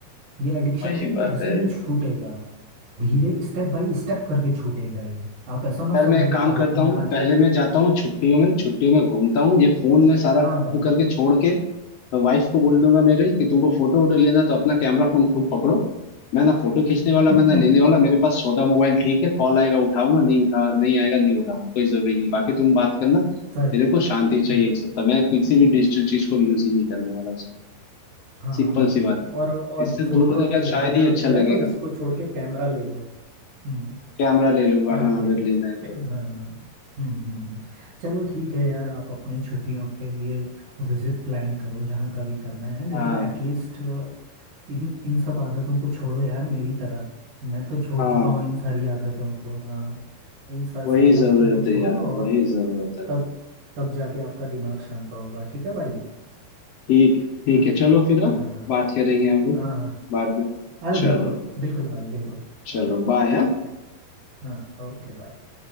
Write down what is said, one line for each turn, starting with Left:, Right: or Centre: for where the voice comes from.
Right: ये एडिक्शन
Left: वही
Right: है ये
Left: बात
Right: ऐसे
Left: है
Right: नहीं छूटेगा धीरे स्टेप बाय स्टेप करके छूटेगा ये आप ऐसा मत
Left: यार
Right: समझो
Left: मैं एक
Right: कि
Left: काम
Right: आपने
Left: करता हूँ
Right: आज
Left: पहले मैं जाता हूँ छुट्टियों में छुट्टियों में घूमता हूँ ये फोन में सारा
Right: हाँ
Left: खत्म
Right: भाई
Left: करके छोड़ के वाइफ को बोल दूंगा मेरे कि तुमको फोटो वोटो लेना तो अपना कैमरा फोन खुद पकड़ो मैं ना फोटो खींचने वाला
Right: <laughs>
Left: मैं ना लेने वाला मेरे पास छोटा मोबाइल ठीक है कॉल आएगा उठाऊंगा नहीं उठा नहीं आएगा नहीं उठाऊंगा कोई जरूरी नहीं बाकी तुम बात करना
Right: सही
Left: मेरे को शांति चाहिए
Right: हाँ।
Left: एक सप्ताह मैं किसी भी डिजिटल चीज को यूज ही नहीं करने वाला उसमें
Right: हाँ हाँ
Left: सिंपल
Right: हाँ
Left: सी
Right: हाँ।
Left: बात
Right: हाँ। और और
Left: इससे
Right: फोटो
Left: दूर होने
Right: अगर
Left: के बाद
Right: लेना
Left: शायद ही अच्छा
Right: भी
Left: लगेगा
Right: है तो इसको छोड़ के कैमरा ले लो हम्म
Left: कैमरा ले लूंगा
Right: नहीं
Left: हाँ
Right: कोई
Left: अगर
Right: क-
Left: लेना है तो
Right: हाँ हाँ। हाँ। हम्म हम्म हम्म। चलो ठीक है यार आप अपनी छुट्टियों के लिए विजिट प्लान करो जहाँ का भी करना है लेकिन
Left: हाँ
Right: एटलीस्ट इन इन सब आदतों को छोड़ो यार मेरी तरह मैं तो छोड़
Left: हाँ
Right: चुका हूँ इन सारी आदतों को हाँ इन सा, सारी
Left: वही
Right: आदतों
Left: जरूरत
Right: को छोड़ो
Left: है यार
Right: और
Left: वही जरूरत है
Right: तब तब जाके आपका दिमाग शांत होगा ठीक है भाई
Left: ठीक ठीक
Right: हाँ
Left: है चलो फिर हाँ,
Right: हाँ हाँ
Left: बात करेंगे हम लोग
Right: हाँ हाँ
Left: बाद में
Right: अरे
Left: चलो
Right: बिल्कुल
Left: भाई
Right: बिल्कुल भाई बिल्कुल चलो
Left: चलो बाय
Right: ओके हाँ ओके बाय